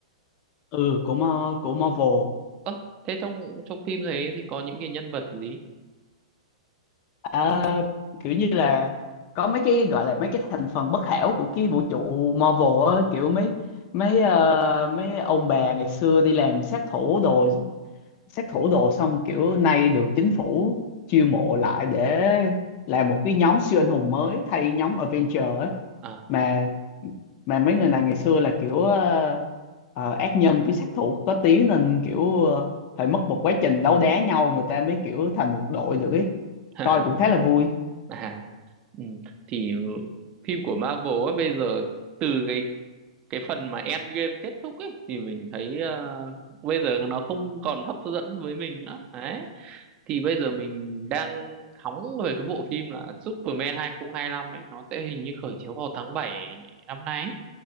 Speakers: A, on the left (about 40°); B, on the right (about 30°).
A: Ừ của Ma- của Marvel.
B: Ơ, thế trong trong phim đấy thì có những cái nhân vật gì?
A: Ờ, kiểu như là có mấy cái gọi là mấy cái thành phần bất hảo của cái vũ trụ Marvel á, kiểu mấy mấy ờ, mấy ông bà ngày xưa đi làm sát thủ đồ sát thủ đồ xong kiểu nay được chính phủ chiêu mộ lại để làm một cái nhóm siêu anh hùng mới thay nhóm Avenger ấy
B: Ờ,
A: mà mà mấy người này ngày xưa là kiểu ờ, ờ, ác nhân với sát thủ có tiếng nên kiểu ờ, phải mất một quá trình đấu đá nhau người ta mới kiểu thành một đội được ấy
B: À,
A: coi cũng khá là
B: <laughs>
A: vui
B: à, ừ, thì phim của Marvel ấy bây giờ từ cái cái phần mà Endgame kết thúc ấy thì mình thấy ờ, bây giờ nó không còn hấp dẫn với mình nữa. Đấy. thì bây giờ mình đang hóng về cái bộ phim là Superman 2025 ấy nó sẽ hình như khởi chiếu vào tháng 7 năm nay ấy.